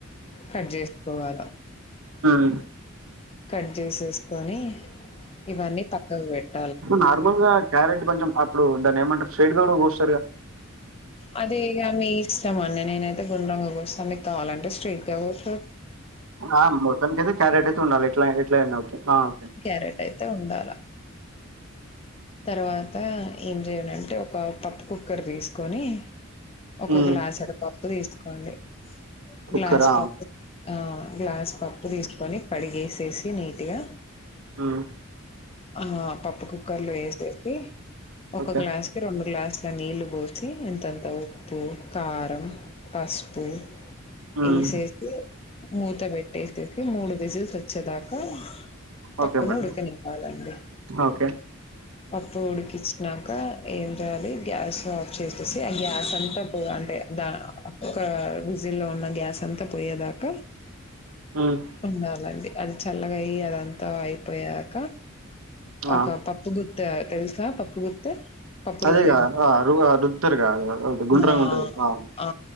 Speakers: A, on the left; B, on the right.
A: కట్ చేసుకోవాల
B: మ్మ్
A: కట్ చేసేసుకొని ఇవన్నీ పక్కకు పెట్
B: నార్మల్ గా క్యారెట్ కొంచెం అప్పుడు దాన్ని ఏమంటారు స్టెట్ గా కూడా కొస్తారుగా
A: అదే ఇగా మీ ఇష్టమండి నేనైతే గుడ్రంగా కొ సన్నగా కావాలంటే స్టెట్ గా కోసుకొ
B: ఆ మొత్తంకి అయితే క్యారెట్ అయితే ఉండాలి ట్లా ఎట్లా అయినా ఆ ఓకే
A: క్యారెట్ అయితే ఉండాల తర్వాత ఏం చేయలంటే ఒక పప్పు కుక్కర్ తీస్ కొని ఒక
B: హ్మ్
A: గ్లాసాడు పప్పు తీసుకోండి
B: కుక్కరా
A: గ్లాస్ పప్పు ఆ గ్లాస్ పప్పు తీసుకొని కడిగేసేసి నీట్ గా
B: హ్మ్
A: ఆ పప్పు కుక్కర్లో వేసేసి ఒక
B: ఓకే
A: గ్లాస్ కి రెండు గ్లాసుల నీళ్లు పోసి ఇంతంత ఉప్పు కారం పస్పు
B: హ్మ్
A: వేసేసి మూత పెట్టేసేసి మూడు విజిల్స్ వచ్చేదాకా పప్పును
B: ఓకే మేడం
A: ఉడుకనివ్వాలండి.
B: ఓకే
A: పప్పు ఉడికిచ్చినాక ఏం చేయాలి గ్యాస్ ఆఫ్ చేసేసి ఆ గ్యాస్ అంతా పో అంటే దా ఒక విజిల్ లో ఉన్న గ్యాస్ అంతా పోయేదా క
B: హ్మ్
A: ఉండాలండి. అది చల్లగా అయ్యి అదంతా అయిపోయాక ఒక
B: ఆ
A: పప్పు గుత్తె తెలుసా పప్పు గుత్తె పప్పురుద్దేది
B: అదేగా ఆ రు ఆ! రుద్దుతారుగా అది గుండ్రంగా
A: ఆ
B: ఉంటది ఆ
A: అ